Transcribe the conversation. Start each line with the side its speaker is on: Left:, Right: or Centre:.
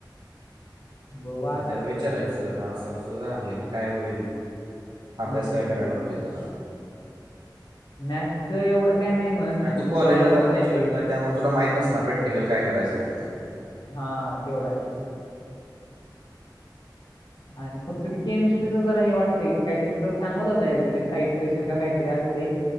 Left: बघू आताच
Right: त्याला विचारायचं असं असं झाले काय होईल अभ्यास
Left: हम्म
Right: काय करायला लागतो िक
Left: मॅथच एवढं काय नाही म्हण
Right: का तू कॉलेजला
Left: सॉल्व आता
Right: जात
Left: करता
Right: नाही एक्सटर्नल
Left: येईल
Right: आहे त्यामुळे तुला माहत नसणार प्रॅक्टिकल काय करायचं तिथं
Left: हा तेवढा आहे आणि फक्त ते केमिस्ट्रीचं जर हे वाटते काहीतरी सर सांगत होता एकदा ते टायट्रिशिन काहीतरी असत ते